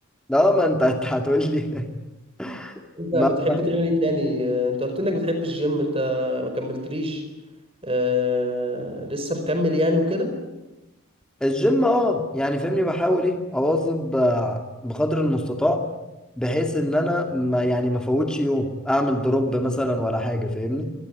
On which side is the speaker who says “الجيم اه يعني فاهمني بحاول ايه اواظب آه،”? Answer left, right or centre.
Centre